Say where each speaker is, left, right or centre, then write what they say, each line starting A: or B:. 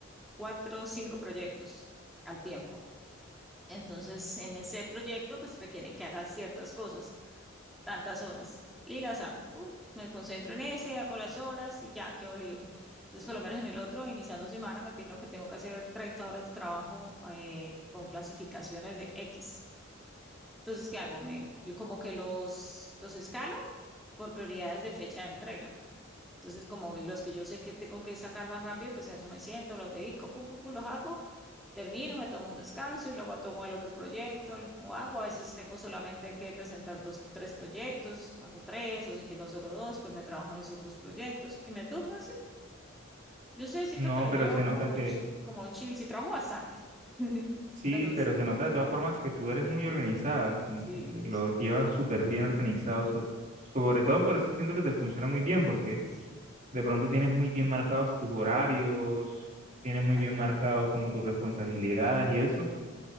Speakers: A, in the centre; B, on the right.
A: cuatro, cinco proyectos al tiempo. Entonces, en ese proyecto, pues requieren que haga ciertas cosas. tantas horas y las hago. Uh, me concentro en ese, hago las horas y ya quedo libre. Entonces, por lo menos en el otro, iniciando semana, me pidieron que tengo que hacer 30 horas de trabajo eh, con clasificaciones de X. Entonces, ¿qué hago? Me, yo como que los, los escalo por prioridades de fecha de entrega. Entonces, como los que yo sé que tengo que sacar más rápido, pues a eso me siento, lo dedico, pum, pum, pum, los hago, termino, me tomo un descanso y luego tomo el otro proyecto o hago. A veces tengo solamente que presentar dos, tres proyectos, hago tres, o si tengo solo dos, pues me trabajo en esos dos proyectos y me turno así. Yo sé, siento
B: No,
A: que lo
B: pero
A: llevo
B: se
A: como,
B: nota que,
A: ch- como chill, sí trabajo bastante, <laughs>
B: sí,
A: pero es,
B: pero se nota de todas formas que tú eres muy organizada, como
A: sí,
B: que lo llevas súper bien organizado, so- sobre todo por eso siento que te funciona muy bien, porque
A: sí,
B: de pronto tienes muy bien marcados tus horarios, tienes muy
A: tal
B: bien marcado
A: cual,
B: como tus responsabilidades y eso,